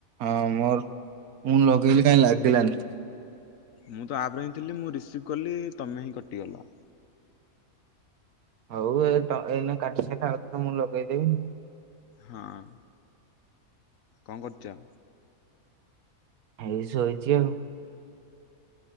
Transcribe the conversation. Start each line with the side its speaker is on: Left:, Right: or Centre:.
Right: ହଁ ମୋର ମୁଁ ଲଗେଇଲିି କାହିଁ ଲାଗିଲାନି।
Left: ମୁଁ ତ ଆପ୍ ରେ ହିଁ ଥିଲି ମୁଁ ରିସିଭ୍ କଲି ତମେ ହିଁ କଟିଗଲ
Right: ହଉ ଏ ଏଇନେ କାଟି ସାରିଲେ ଆଉ ଥରେ ମୁଁ ଲଗେଇଦେବି
Left: ହଁ କଣ କରୁଚ?
Right: ଏଇ ସୋଇଛି ଆଉ